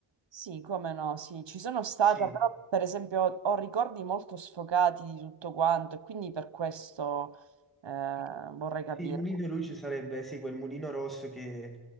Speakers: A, on the right; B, in the centre.
A: sì, come no, sì, ci sono stata,
B: Sì.
A: però per esempio ho, ho ricordi molto sfocati di tutto quanto e quindi per questo eh, vorrei capire.
B: Sì, il Mulino Rouge sarebbe sì, quel mulino rosso che,